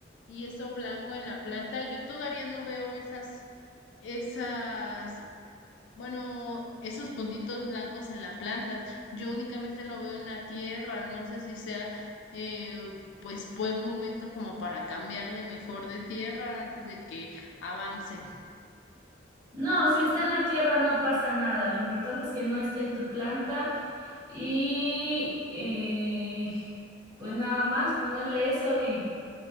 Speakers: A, on the left; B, on the right.
A: y eso blanco en la planta, yo todavía no veo esas, esas, bueno, esos puntitos blancos en la planta. Yo únicamente lo veo en la tierra. No sé si sea, eh, pues, buen momento como para cambiarle mejor de tierra antes de que avance.
B: No, si está en la tierra no pasa nada. Lo importante es que no esté en tu planta y eh, pues nada más ponerle eso y